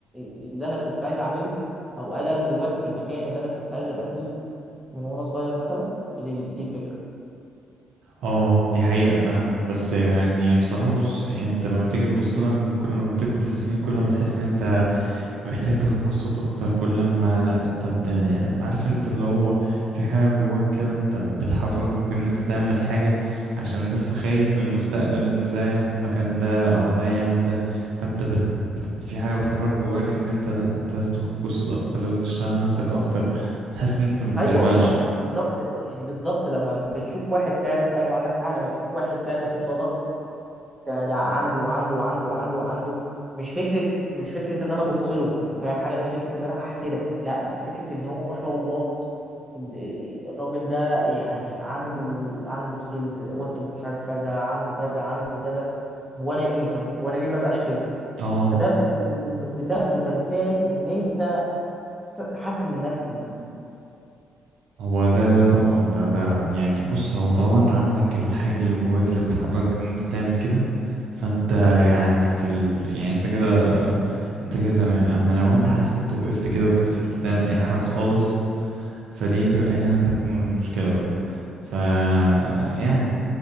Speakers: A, in the centre; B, on the right.
A: اللي أنا كنت عايز أعمله أو هل أنا دلوقتي في المكان اللي أنا كنت عايز أبقى فيه من وأنا صغير مثلا دي دي الفكرة
B: اه دي حقيقة فعلا بس يعني بصراحة بص يعني انت لما تيجي تبص لها من كل ما تكبر في السنين كل ما تحس ان انت محتاج تاخد كورسات اكتر كل ما لا انت بتعمل عارف انت اللي هو في حاجة جواك كده انت بتحركك ان انت تعمل حاجة عشان بس خايف من المستقبل ان ده ياخد مكان ده او ده يعمل ده فانت بت بت- في حاجة بتحرك جواك ان انت لا انت لازم تاخد كورسات اكتر لازم تشتغل على نفسك اكتر تحس ان انت متشبعش
A: أيوه بالظبط بالظبط يعني بالظبط لما بتشوف واحد فعلا أيوه عندك حق لما تشوف واحد فعلا قصادك ده ده عنده وعنده وعنده وعنده وعنده مش فكره مش فكره ان انا ابص له فاهم حاجه مش فكره ان انا هحسدك لا بس فكره ان هو ما شاء الله ال- الراجل ده يعني عنده عنده سكيلز واخد مش عارف كذا عنده كذا عنده كذا وانا ايه طيب وانا ليه ما بقاش كده
B: اه
A: فده ب- م- بتاخده كمثال ان انت س- تحسن من نفسك بيه
B: هو ده ده طبعا ده ده يعني بص هو طالما انت عندك الحاجة اللي جواك اللي بتحرك ان انت تعمل كده فانت يعني في ال... يعني انت كده انت كده تمام اما لو انت حاسس ان انت وقفت كده وكسلت تعمل اي حاجة خالص فدي تبقى هنا تكمن المشكلة بقى ف يعني